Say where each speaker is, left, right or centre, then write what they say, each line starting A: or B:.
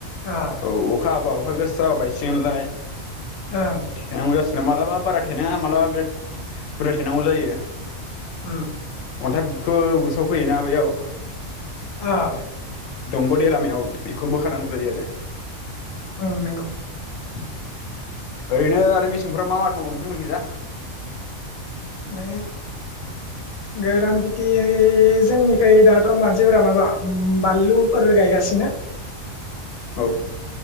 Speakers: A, on the left (about 55°); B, on the left (about 75°).
A: ओं
B: औ अखा हाबा अखा गोसा हाबा बायसिगोनलाय।
A: ओं।
B: थेनांगौ जासिगोन मालाबा बारा थेनाङा माब्लाबा बिराद बुरजा थेनांगौ जायो।
A: उम।
B: अन्थाइ बुखो बुसावफैयोना बेयाव।
A: ओ।
B: दंग' दै लामायाव। बेखौ बोखारनांगौ जायो आरो।
A: उम नोंगौ।
B: <inaudible> ओरैनो आरो मेसेंफोराव मा आबाद मावो नोंथांमोनखिजा
A: बे गोरान खेथि थि जोंनिख दाथ' मानसिफोरा माबा बानलुफोर गायगासिनो
B: औ